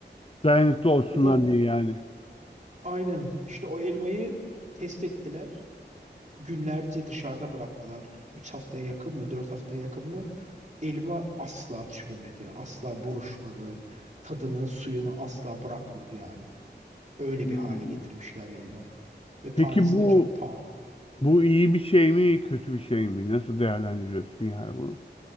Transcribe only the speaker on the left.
Dayanıklı olsunlar
diye yani.
Hmm.
Peki
bu
bu iyi bir şey mi, kötü bir şey mi? Nasıl değerlendiriyorsun yani bunu?